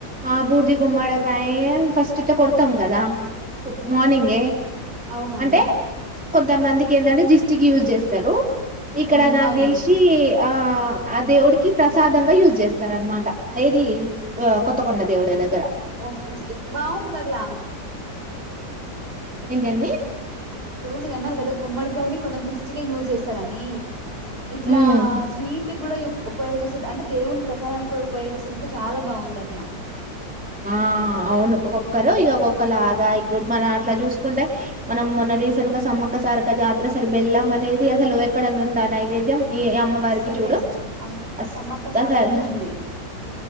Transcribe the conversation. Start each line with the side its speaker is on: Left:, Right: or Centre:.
Centre: ఆ బూడిదగుమ్మడకాయ్ ఫస్ట్ ఇట్ల కొడతాం కదా ప్ మార్నింగే ఎ
Right: అవునండి
Centre: అంటే కొంతమందికి ఏందంటే దిస్టికి యూజ్ చేస్తారు
Right: ఉమ్,
Centre: ఇక్కడ నా
Right: అవును
Centre: తెల్సి ఆ ఆ దేవుడికి ప్రసాదంగా యూజ్ చేస్తారు అనమాట ఏది ఆ కొత్తకొండ దేవుడి దగ్
Right: ఓకే ఓకే బాగుందట్లా
Centre: ఏంటండి
Right: ఇప్పుడు మీరు అన్నారు కదా గుమ్మడికాయని కొందరు దిష్టి గా యూజ్ చేస్తారని ఇట్లా
Centre: ఉమ్.
Right: స్వీట్ టి కూడా ఉపయోగిస్తది అంటే దేవుని ప్రసాదాన్ని కూడా ఉపయోగిస్తుంరంటే చాలా బాగుంది అట్లా
Centre: ఆ అవును ఒక్కొక్కరు ఇగ ఒక్కొక్క లాగా ఇప్పుడు మనం అట్లా జూస్ కుంటే మనం మొన్న రీసెంట్ గా సమ్మక్క సారక జాతర అసలు బెల్లం అనేది అసలు ఎక్కడన్న ఉందా నైవేద్యం ఈ అమ్మవారికి
Right: అస్సలు
Centre: చూడు
Right: లేదు అమ్
Centre: అస్
Right: సమ్మక్క సారక్కకే
Centre: అసల్
Right: ఉంది